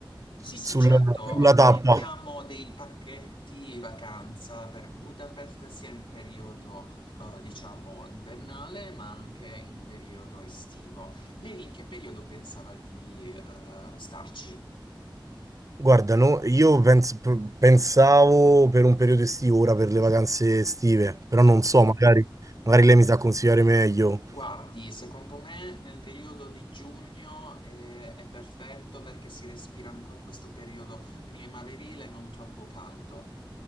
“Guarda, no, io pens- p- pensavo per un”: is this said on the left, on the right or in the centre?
Right